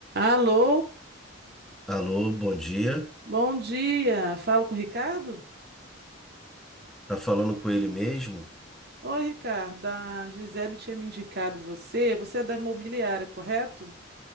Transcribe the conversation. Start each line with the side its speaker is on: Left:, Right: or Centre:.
Right: Alô,
Centre: Alô, bom dia.
Right: bom dia. Falo com o Ricardo?
Centre: Tá falando com ele mesmo?
Right: Oi, Ricardo. A Gisele tinha me indicado você. Você é da imobiliária, correto?